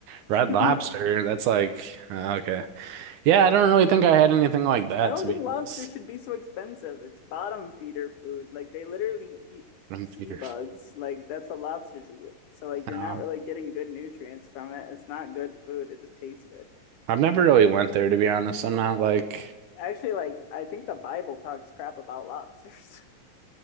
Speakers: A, on the right (about 75°); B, on the left (about 70°).
A: Red
B: it.
A: Lobster, that's like uh, okay. Yeah, I don't really think I had anything like
B: <laughs>
A: that
B: I don't
A: to
B: think
A: be
B: lobster
A: honest.
B: should be so expensive. It's bottom feeder food. Like they literally eat
A: From
B: sea
A: Peter.
B: bugs. Like that's what lobsters eat. So like you're
A: No.
B: not really getting good nutrients from it. It's not good food. It just tastes good.
A: I've never really went there to be honest. I'm not like
B: Actually, like I think the Bible talks crap about lobsters. <laughs>